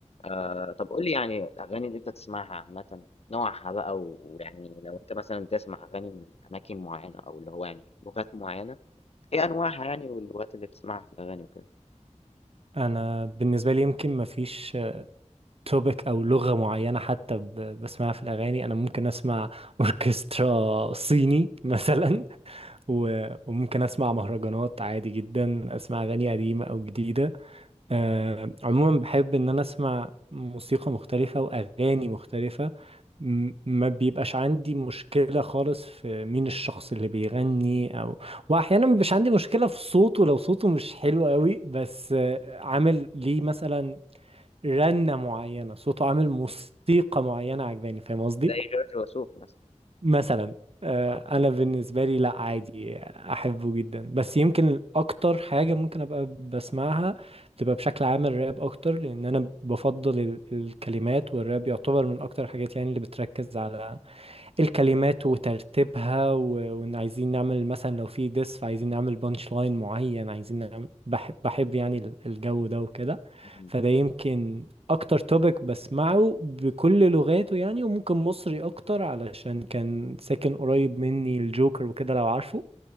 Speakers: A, on the left (about 55°); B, on the right (about 50°).
A: آه طب قول لي يعني الأغاني اللي أنت تسمعها عامة نوعها بقى و- ويعني لو أنت مثلا بتسمع أغاني من أماكن معينة أو اللي هو يعني لغات معينة إيه أنواعها يعني واللغات اللي بتسمعها في الأغاني وكده
B: انا بالنسبه لي يمكن ما فيش توبيك او لغه معينه حتى ب- بسمعها في الاغاني انا ممكن اسمع <laughs> اوركسترا صيني مثلا و- وممكن اسمع مهرجانات عادي جدا اسمع اغاني قديمه او جديده آه، عموما بحب ان انا اسمع موسيقى مختلفة واغاني مختلفة م- ما بيبقاش عندي مشكلة خالص في مين الشخص اللي بيغني او واحيانا ما بيبقاش عندي مشكلة في صوته لو صوته مش حلو قوي بس آه، عامل ليه مثلا رنة معينة صوته عامل موسيقى معينة عجباني فاهم قصدي
A: زي جورج وسوف مثلا
B: مثلا آه،
A: أه
B: انا بالنسبه لي لا عادي احبه جدا بس يمكن اكتر حاجه ممكن ابقى بسمعها بتبقى بشكل عام الراب اكتر لان انا بفضل ال- الكلمات والراب يعتبر من اكتر الحاجات يعني اللي بتركز على الكلمات وترتيبها و- وان عايزين نعمل مثلا لو في ديس فعايزين نعمل بانش لاين معين عايزين نعمل بحب بحب يعني ال- الجو ده وكده
A: مم.
B: فده يمكن اكتر توبيك بسمعه بكل لغاته يعني وممكن مصري اكتر علشان كان ساكن قريب مني الجوكر وكده لو عارفه